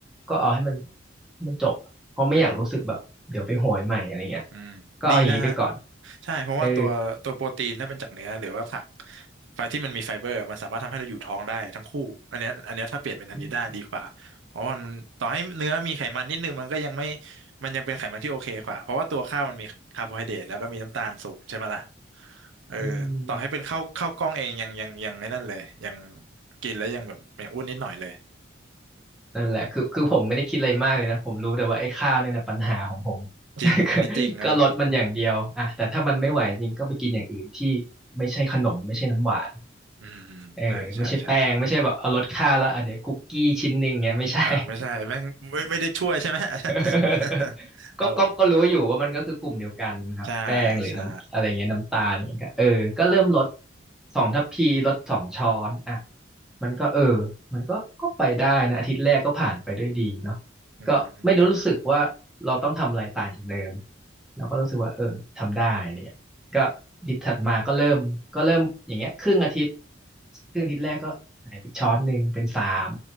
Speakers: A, in the centre; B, on the right.
A: ก็เอาให้มันมันจบอะเพราะไม่อยากรู้สึกแบบเดี๋ยวไปโหยใหม่อะไรเงี้ย
B: อืมอืมดีนะฮะ
A: ก็เอาอย่างนี้ไปก่อน
B: ใช่เพราะว่าตัวตัวโปรตีนถ้าเป็นจากเนื้อหรือว่าผัก
A: เออ
B: ไฟที่มันมีไฟเบอร์มันสามารถทำให้เราอยู่ท้องได้ทั้งคู่อันเนี้ยอันเนี้ยถ้าเปลี่ยนเป็นอันนี้ได้ดีกว่าเพราะว่ามันต่อให้เนื้อมีไขมันนิดนึงมันก็ยังไม่
A: อืม
B: มันยังเป็นไขมันที่โอเคกว่าเพราะว่าตัวข้าวมันมีคาร์โบไฮเดรตแล้วก็มีน้ำตาลสูงใช่ไหมล่ะเออ
A: อืม
B: ต่อให้เป็นข้าวข้าวกล้องเองยังยังยังไม่นั่นเลยยังกินแล้วยังแบบยังอ้วนนิดหน่อยเลย
A: นั่นแหละคือคือผมไม่ได้คิดอะไรมากเลยนะผมรู้แต่ว่าไอ้ข้าวเนี่ยแหละปัญหาของผม
B: จริงอันนี้จริงครับ
A: <laughs> ก็ก็ลดมันอย่างเดียวอ่ะแต่ถ้ามันไม่ไหวจริงก็ไปกินอย่างอื่นที่ไม่ใช่ขนมไม่ใช่น้ำหวาน
B: อืมใช่ใช่ใช่ใช่
A: เออไม่ใช่แป้งไม่ใช่แบบเอาลดค่าแล้วอ่ะเดี๋ยวคุกกี้ชิ้นหนึ่งเงี้ยไม่ใช่
B: อ่าไม่ใช่แม่งไม่ไม่ได้ช่วยใช่ไหม
A: <laughs>
B: <laughs> ครับผม
A: ก็ก็ก็รู้อยู่ว่ามันก็คือกลุ่มเดียวกันนะครับแป้งหรือน้ำอะไรเงี้ยน้ำตาลเงี้ยก็เออก็เริ่มลด
B: ใช่ใช่
A: สองทัพพีลดสองช้อนอ่ะมันก็เออมันก็ก็ไปได้นะอาทิตย์แรกก็ผ่านไปด้วยดีเนาะ
B: อืมครับผม
A: ก็ไม่ได้รู้สึกว่าเราต้องทำอะไรต่างจากเดิมเราก็รู้สึกว่าเออทำได้เนี่ย ก็อาทิตย์ถัดมาก็เริ่มก็เริ่มอย่างเงี้ยครึ่งอาทิตย์ครึ่งอาทิตย์แรกก็หายไปช้อนหนึ่งเป็นสาม